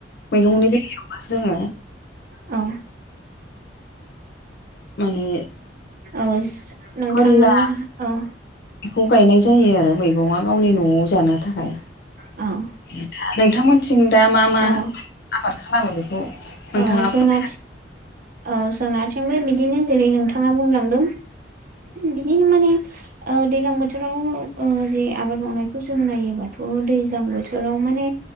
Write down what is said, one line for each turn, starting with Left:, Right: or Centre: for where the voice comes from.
Left: मैगंनि बेलायावबा जोङो
Right: औ
Left: माने
Right: औ नोंथांमोनावहा
Left: फोरला
Right: औ
Left: बेखौ गायनाय जायो आरो मैगंङा गावनि न'आव जानो थाखाय
Right: औ
Left: द नोंथांमोनथिं दा मा मा
Right: औ
Left: आबाद खालामो बेखौ नोंथांङा
Right: औ जोंना
Left: फोरमा
Right: औ जोंनाथिंबो बिदिनो जेरै नोंथांङा बुंलांदों बिदिनो माने दैज्लां बोथोराव जे आबाद मावनायखौ जों नायोबाथ' दैज्लां बोथोराव माने